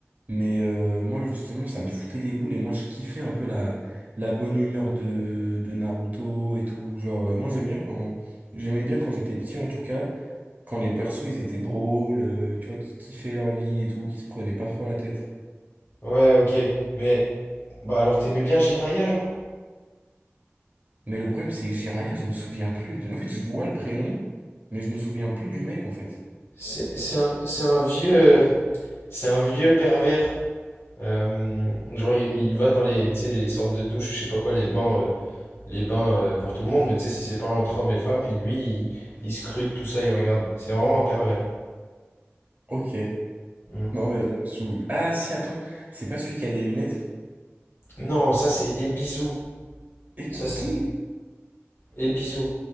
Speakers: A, on the right; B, on the left.
A: Mais euh, moi justement ça me foutait les boules et moi je kiffais un peu la, la bonne humeur de, de Naruto et tout. Genre euh, moi j'aime bien quand j'aimais bien quand j'étais petit en tout cas, quand les persos ils étaient drôles, euh, tu vois, qui kiffaient leur vie et tout, qui se prenaient pas trop la tête.
B: Ouais, ok, mais. Bah alors t'aimais bien Jiraya, genre?
A: Mais le problème c'est que Jiraiya, je me souviens plus. En fait je vois le prénom, mais je me souviens plus du mec en fait.
B: C'est c'est un, c'est un vieux. C'est un vieux pervers. Euh, genre, il, il va dans les, tu sais, les sortes de douches, je sais pas quoi, les bains, euh, les bains euh, pour tout le monde, mais tu sais, c'est séparé entre hommes et femmes, et lui, il, il scrute tout ça, il regarde. C'est vraiment un pervers.
A: Ok.
B: Mm.
A: Non mais je me souviens. Ah si attends, c'est pas celui qui a des lunettes.
B: Non, ça c'est Ebizou.
A: Et
B: Ça,
A: Kiki
B: ça. Ebizou.